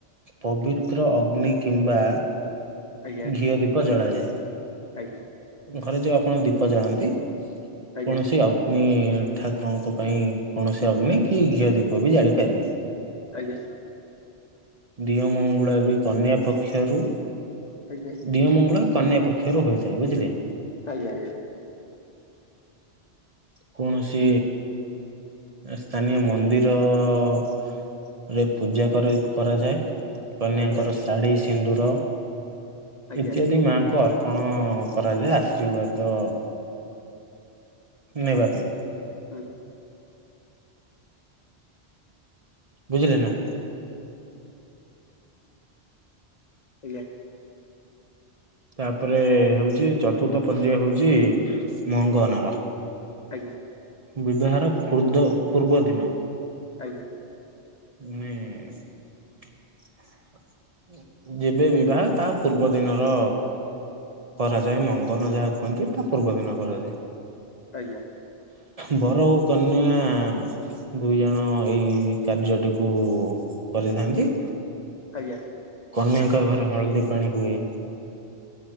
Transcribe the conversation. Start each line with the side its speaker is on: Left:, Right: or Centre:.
Right: ପବିତ୍ର ଅଗ୍ନି କିମ୍ବା
Left: ଆଜ୍ଞା
Right: ଘିଅ ଦୀପ ଜଳାଯାଏ
Left: ଆଜ୍ଞା।
Right: ଘରେ ଯୋଉ ଆପଣ ଦୀପ ଜାଳନ୍ତି କୌଣସି
Left: ଆଜ୍ଞା
Right: ଠାକୁରଙ୍କ ପାଇଁ କୌଣସି ଅଗ୍ନି କି ଘିଅ ଦୀପ ବି ଜାଳି ପାରିବେ।
Left: ଆଜ୍ଞା।
Right: ଡିଅ ମଙ୍ଗୁଳା ବି କନ୍ୟା ପକ୍ଷରୁ
Left: ଆଜ୍ଞା।
Right: ଦିଅଁ ମଙ୍ଗୁଳା କନ୍ୟା ପକ୍ଷରୁ ହୋଇଥାଏ ବୁଝିଲେ।
Left: ଆଜ୍ଞା ଆଜ୍ଞା।
Right: କୌଣସି ସ୍ଥାନୀୟ ମନ୍ଦିର ଅ ଅ ଅ ରେ ପୂଜା କରେ କରାଯାଏ। କନ୍ୟାଙ୍କର
Left: ଆଜ୍ଞା
Right: ଶାଢ଼ୀ ସିନ୍ଦୁର
Left: ଆଜ୍ଞା
Right: ଇତ୍ୟାଦି ମାଙ୍କୁ ଅର୍ ପଣ କରାଯାଏ ଆଶ୍ରିବାଦ ନେବା
Left: ହୁଁ
Right: ପାଇଁ।
Left: ହୁଁ।
Right: ବୁଝିଲେନା।
Left: ଆଜ୍ଞା।
Right: ତାପରେ ହଉଚି ଚତୁର୍ଥ ପର୍ଯ୍ୟାୟ ହଉଚି ମଙ୍ଗନର।
Left: ଆଜ୍ଞା।
Right: ବିବାହର ଫୁର୍ଦ୍ଧ ପୂର୍ବ ଦିନ।
Left: ଆଜ୍ଞା।
Right: ମେଁ ଯେବେ ବିବାହ ତା ପୂର୍ବ ଦିନର କରାଯାଏ ମଙ୍ଗନ ଯାହାକୁ କୁହନ୍ତି ତା ପୂର୍ବ ଦିନ କରାଯାଏ।
Left: ଆଜ୍ଞା।
Right: ବର ଓ କନ୍ୟା ଆ ଆ ଦୁଇ ଜଣ ଏଇ କାର୍ଯ୍ୟଟିକୁ କରିଥାନ୍ତି।
Left: ଆଜ୍ଞା।
Right: କନ୍ୟାଙ୍କ ଘର ହଳଦୀ ପାଣି ହୁଏ।